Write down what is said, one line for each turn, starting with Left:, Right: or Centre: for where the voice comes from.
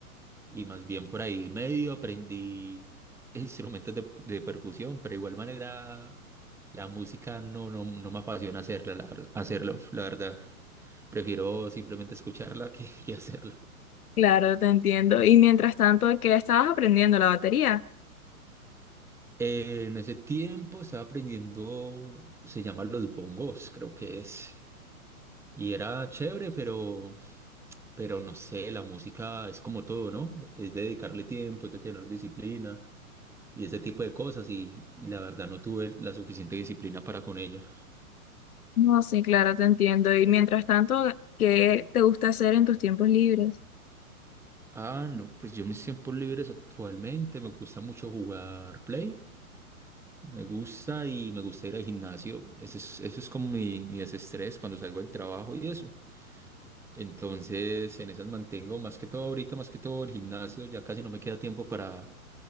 Centre: Y más bien por ahí medio aprendí instrumentos de, de percusión, pero de igual manera la música no, no, no me apasiona hacerla, la, ver- hacerlo, la verdad. Prefiero simplemente escucharla que que hacerla.
Left: Claro, te entiendo. Y mientras tanto, ¿qué estabas aprendiendo? ¿La batería?
Centre: Eh, en ese tiempo estaba aprendiendo, se llaman los bongos, creo que es. Y era chévere, pero, pero no sé, la música es como todo, ¿no? Es dedicarle tiempo, es de tener disciplina y ese tipo de cosas. Y, y la verdad no tuve la suficiente disciplina para con ella.
Left: No, sí, claro, te entiendo. Y mientras tanto, ¿qué te gusta hacer en tus tiempos libres?
Centre: Ah, no, pues yo en mis tiempos libres actualmente me gusta mucho jugar Play. Me gusta y me gusta ir al gimnasio. Eso es, eso es como mi, mi desestrés cuando salgo del trabajo y eso. Entonces, en esas mantengo más que todo ahorita, más que todo el gimnasio, ya casi no me queda tiempo para,